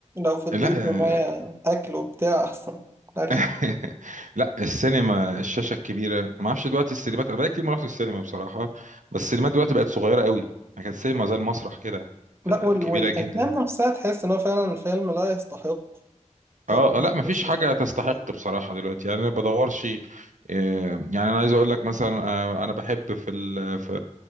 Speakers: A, on the right; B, on the right.
A: لو في البيت
B: لا آه،
A: ومعايا أكل وبتاع أحسن أريح
B: <laughs> لا السينما الشاشة الكبيرة ما اعرفش دلوقتي السينمات انا بقالي كتير ما رحت السينما بصراحة بس السينمات دلوقتي بقت صغيرة قوي يعني كانت السينما زي المسرح كده
A: لا
B: آه،
A: وال...
B: كبيرة
A: والأفلام
B: جدا
A: نفسها تحس إن هو فعلا فيلم لا يستحق
B: اه
A: إن أنا
B: آه، لا مفيش
A: أخش
B: حاجة
A: مثلا
B: تستحق بصراحة دلوقتي يعني انا بدورش آه، يعني انا عايز اقول لك مثلا آه، انا بحب في ال في